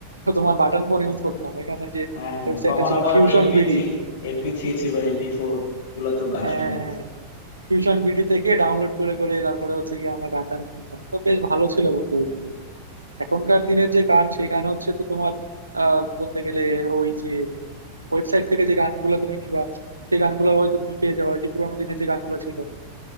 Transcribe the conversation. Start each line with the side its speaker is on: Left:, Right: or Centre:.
Right: তোমার বাটন ফোন ইউজ করতাম ওইখানে যে
Left: হ্যাঁ হ্যাঁ
Right: ওয়েবসাইটটা
Left: তখন
Right: ছিল
Left: আবার
Right: ফিউশন
Left: এমপি
Right: বিডি
Left: থ্রি এমপি থ্রি ছিল এমপি ফোর এগুলা তো গান
Right: হ্যাঁ
Left: শোনা হতো
Right: হ্যাঁ, টিউশন বিডি থেকে ডাউনলোড করে করে তারপরে হচ্ছে কি আমরা গান টান শুনতাম তো বেশ ভালো ছিল বন্ধু ওই দিনগুলো এখনকার দিনের যে গান সেই গান হচ্ছে তো তোমার আহ বলতে গেলে ওই যে ওয়েবসাইট থেকে যে গানগুলো তুমি নিবা সেই গানগুলো হয়তো তুমি পেয়ে যাবে যে পুরানো দিনের যে গানগুলো ছিল